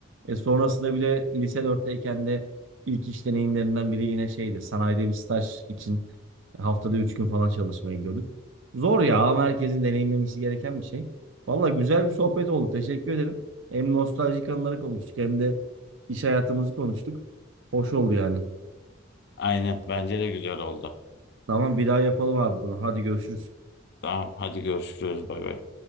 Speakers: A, on the right; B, on the left.
A: E sonrasında bile lise 4'teyken de ilk iş deneyimlerimden biri yine şeydi. Sanayide bir staj için haftada 3 gün falan çalışmaya gidiyorduk. Zor ya ama herkesin deneyimlemesi gereken bir şey. Valla güzel bir sohbet oldu. Teşekkür ederim. Hem nostaljik anıları konuştuk hem de iş hayatımızı konuştuk. Hoş oldu yani.
B: Aynen bence de güzel oldu.
A: Tamam bir daha yapalım abi bunu. Hadi görüşürüz.
B: Tamam hadi görüşürüz bay bay.